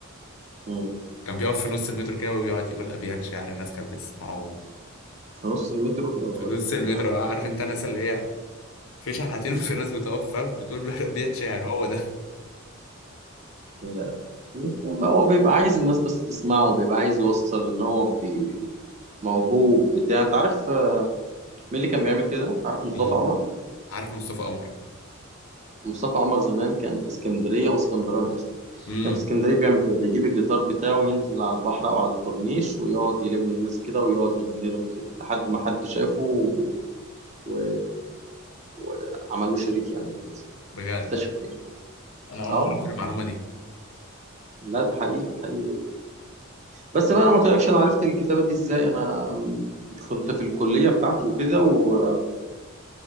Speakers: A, on the right; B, on the left.
A: مم.
B: كان بيقف في نص المترو كده ويقعد يقول ابيات شعر الناس كانت بتسمعه
A: في نص المترو يلا
B: في نص المترو
A: بينا. يعني
B: عارف انت الناس اللي هي في شحاتين <laughs> وفي ناس بتقف فاهم بتقول له <laughs> ابيات شعر هو ده
A: لا مش ما هو بيبقى عايز الناس بس تسمعه وبيبقى عايز يوصل ان هو بي- موهوب بتاع انت عارف آه، مين اللي كان بيعمل كده عارف مصطفى
B: مين
A: قمر
B: عارف مصطفى قمر
A: مصطفى عمر زمان كان في اسكندرية واسكندراني أصلا
B: امم
A: كان في اسكندرية بيعمل كده بيجيب الجيتار بتاعه وينزل على البحر أو على الكورنيش ويقعد يلم الناس كده ويقعد يغني لهم كده لحد ما حد شافه و... و... وعمل له شريك يعني وكده
B: بجد
A: اكتشفه يعني
B: انا اول
A: اه آه.
B: مره اعرف المعلومه دي
A: لا ده حقيقي حقيقي جدا بس بقى انا ما قلتلكش انا عرفت الكتابه دي ازاي انا كنت في الكليه بتاعتي وكده و...